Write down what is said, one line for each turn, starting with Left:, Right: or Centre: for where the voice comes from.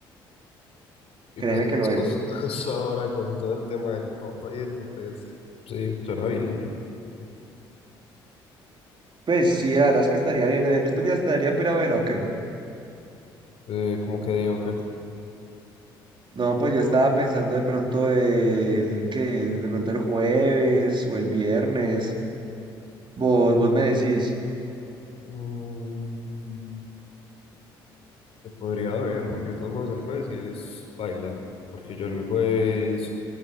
Left: Y
Right: Créeme
Left: pues más
Right: que lo es.
Left: jus- <laughs> justo ahora con todo el tema del papa y eso, pues sí, suena bien.
Right: Pues sí, la verdad es que estaría bien. ¿En estos días estaría para ir a verla o qué?
Left: Eh, ¿cómo que digo qué?
Right: No, pues yo estaba pensando de pronto el que el, de pronto el jueves o el viernes. Vos, vos me decís.
Left: Mm. Se podría ver, porque de todos modos el jueves sí es baila, porque yo el jueves